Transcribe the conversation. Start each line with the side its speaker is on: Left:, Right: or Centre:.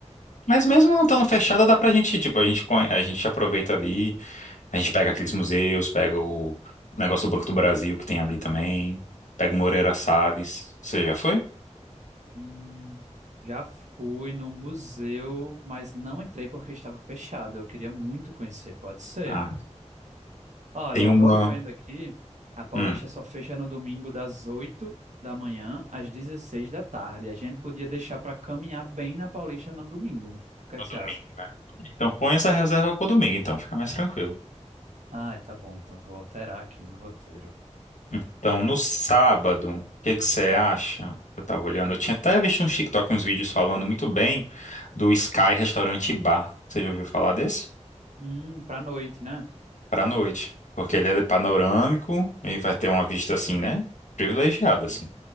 Left: Mas mesmo não estando fechada, dá pra gente, tipo, a gente, conhe- a gente aproveita ali. A gente pega aqueles museus, pega o negócio do Banco do Brasil que tem ali também, pega o Moreira Salles. Você já foi?
Right: Hum, Já fui no museu, mas não entrei porque estava fechado. Eu queria muito conhecer, pode ser.
Left: Ah,
Right: Olha,
Left: tem uma.
Right: tô olhando vendo aqui, a Paulista
Left: Hum,
Right: só fecha no domingo das oito da manhã às 16 da tarde. A gente podia deixar para caminhar bem na Paulista no domingo. O que
Left: no
Right: é que
Left: domingo,
Right: você acha?
Left: né? Então põe essa reserva pro domingo, então, fica mais tranquilo.
Right: Ah, tá bom, então vou alterar aqui no roteiro.
Left: Então,
Right: Pronto.
Left: no sábado, o que que você acha? Eu tava olhando, eu tinha até visto no TikTok uns vídeos falando muito bem do Sky Restaurante e Bar. Você já ouviu falar desse?
Right: Hum, pra noite, né?
Left: Pra noite. Porque ele é panorâmico e vai ter uma vista assim, né? Privilegiada,
Right: Hum,
Left: assim.